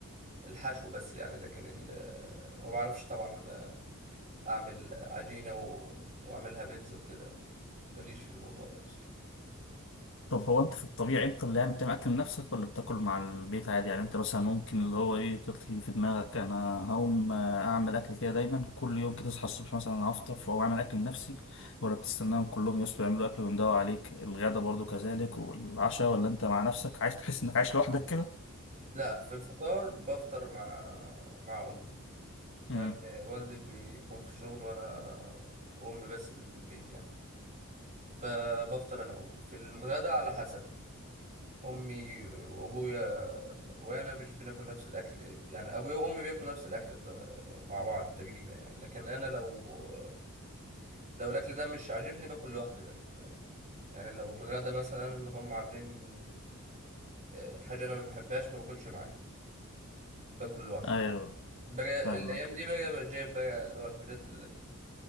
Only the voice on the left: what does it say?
طب هو انت في الطبيعي انت اللي يعني بتعمل اكل لنفسك ولا بتاكل مع البيت عادي يعني انت مثلا ممكن اللي هو ايه تطفي في دماغك انا هقوم آه، اعمل اكل كده دايما كل يوم كده تصحى الصبح مثلا انا هفطر فاقوم اعمل اكل لنفسي ولا بتستناهم كلهم يصحوا يعملوا اكل ويندوا عليك الغدا برضو كذلك والعشاء ولا انت مع نفسك عايز تحس انك عايش لوحدك كده
امم
ايوه
فاهمك